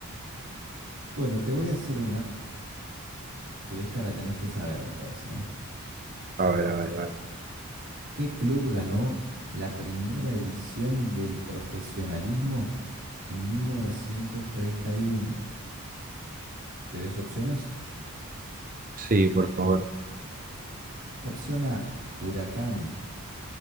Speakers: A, on the right; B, on the right.
A: Bueno, te voy a hacer una, que esta la tenés que saber, me parece, ¿eh?
B: A ver, a ver, a ver.
A: ¿Qué club ganó la primera edición del profesionalismo en 1931? ¿Querés opciones?
B: Sí, por favor.
A: Opción A, Huracán.